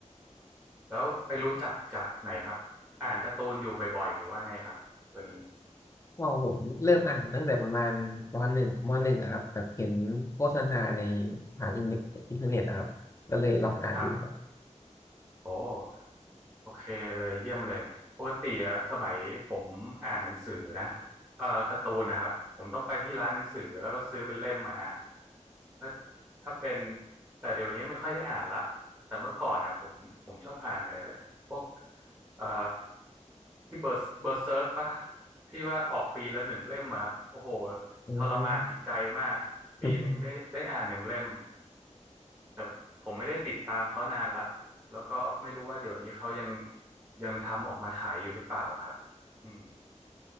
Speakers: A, on the right (about 25°); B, on the left (about 25°).
A: แล้วไปรู้จักจากไหนครับอ่านการ์ตูนอยู่บ่อยๆหรือว่าไงครับตัวนี้
B: พอผมเริ่มอ่านตั้งแต่ประมาณมหนึ่งมหนึ่งอะครับแบบเห็นโฆษณาในผ่านอินเทอร์เน็ตอินเทอร์เน็ตอะครับก็เลยลองอ่านดูครับ
A: ครับ โอ้โอเคเลยเยี่ยมเลยปกติอะสมัยผมอ่านหนังสือนะเอ่อการ์ตูนนะครับผมต้องไปที่ร้านหนังสือแล้วก็ซื้อเป็นเล่มมาอ่านแล้วถ้าเป็นแต่เดี๋ยวนี้ไม่ค่อยได้อ่านละแต่เมื่อก่อนอ่ะผมผมชอบอ่านเอ่อพวกเอ่อที่เบอร์เบอร์เซิร์กปะที่ว่าออกปีละหนึ่งเล่มอะครับโอ้โห
B: อืม
A: ทรมานจิตใจมากปีหนึ่งได้ได้อ่านหนึ่งเล่ม
B: <laughs>
A: แต่ผมไม่ได้ติดตามเขานานละแล้วก็ไม่รู้ว่าเดี๋ยวนี้เขายังยังทำออกมาขายอยู่หรือเปล่าครับอืม